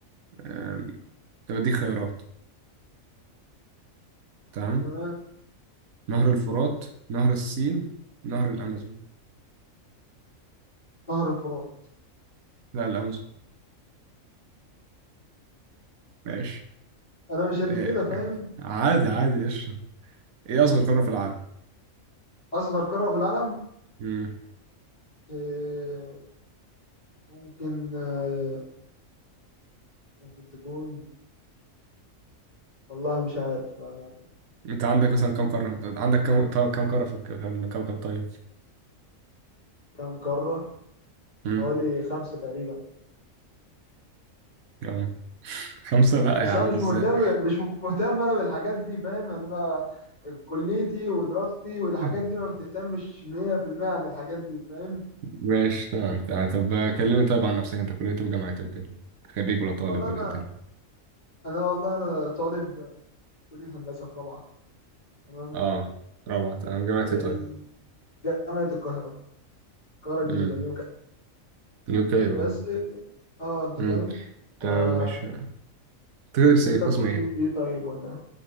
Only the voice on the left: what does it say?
تمام
نهر الفرات
انا مش قد
كده فاهم
اصغر قارة في العالم
آه، ممكن آه، ممكن تكون والله مش عارف بأمانة.
كام قارة
حوالي خمسة تقريبا
بس
انا مش
مهتم مش مهتم انا بالحاجات دي فاهم يعني انا كليتي ودراستي والحاجات
دي ما بتهتمش 100% عن الحاجات دي فاهم
والله انا
انا والله انا طالب كلية هندسة في رابعة تمام
آه،
جامعة القاهرة القاهرة الجديدة
نيو كامب
بس
اه آه، انت
فاهم
آه،
انت
في
كلية
ايه طيب ولا ايه؟